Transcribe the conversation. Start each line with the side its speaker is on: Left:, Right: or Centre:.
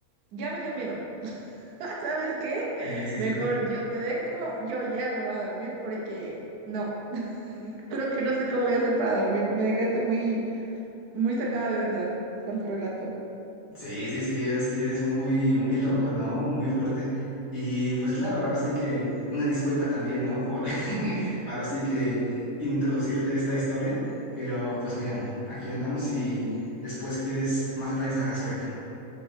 Right: ya me dio miedo. <laughs> ¿Sabes qué?
Left: Sí, sí,
Right: Mejor
Left: sí.
Right: yo te dejo, yo ya me voy a dormir porque no. Creo que no sé cómo voy a hacer para dormir. Me dejaste muy, muy sacada de onda con tu relato.
Left: Sí, sí, sí, es que es muy, muy loco, ¿no? Muy fuerte. Y pues claro, ahora sí que una disculpa también, ¿no? Por <laughs> ahora sí que introducirte esta historia, pero pues mira, aquí andamos y después quieres más detalles al respecto.